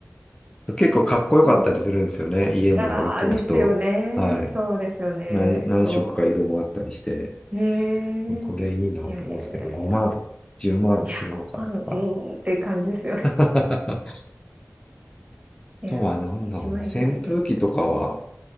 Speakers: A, on the left; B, on the right.
A: 結構かっこよかったりするんですよね。
B: <laughs> そう。
A: 家に置いとくと。
B: ああ、ですよね。
A: はい。
B: そうですよね。
A: 何、何色か色もあったりして、
B: そうへえ。
A: これいいなと思うんですけど、
B: いやいやいやいや。
A: 5万、10万するのかとか。
B: いや、5万、うーんって感じですよね。
A: <laughs> あ
B: いや、
A: とは何だろうな、
B: 1円ぐらいで。
A: 扇風機とかは、